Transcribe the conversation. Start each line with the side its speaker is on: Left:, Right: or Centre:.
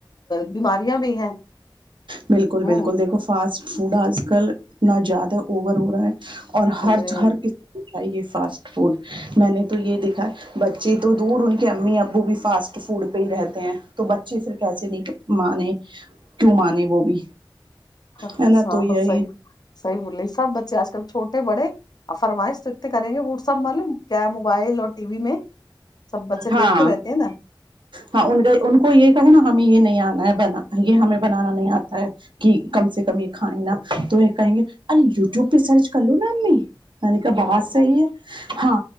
Left: بیماریاں بھی ہیں
Right: بالکل
Left: ہوں
Right: بالکل دیکھو فاسٹ فوڈ آج کل اتنا زیادہ اوور ہو رہا ہے اور ہر
Left: جی
Right: ہر کسی کو چاہیے فاسٹ فوڈ میں نے تو یہ دیکھا ہے بچے تو دور ان کے امی ابو بھی فاسٹ فوڈ پہ ہی رہتے ہیں تو بچے پھر کیسے نہیں کرتے مانے کیوں مانے وہ بھی
Left: ہاں
Right: ہے نا تو یہی
Left: سہی صحیح بول رہے سب بچے آج کل چھوٹے بڑے اور فرمائش تو اتتے کریں گے وہ سب معلوم کیا موبائل اور ٹی وی میں سب بچے
Right: ہاں
Left: دیکھتے رہتے ہیں نا
Right: ہاں ان ان کو یہ کہو نا ہمیں یہ نہیں آنا ہے بنا یہ ہمیں بنانا نہیں آتا ہے کی کم سے کم یہ کھائے نا تو یہ کہیں گے ارے یوٹیوب پہ سرچ کر لو نا امی میں نے کہا بہت صحیح ہے ہاں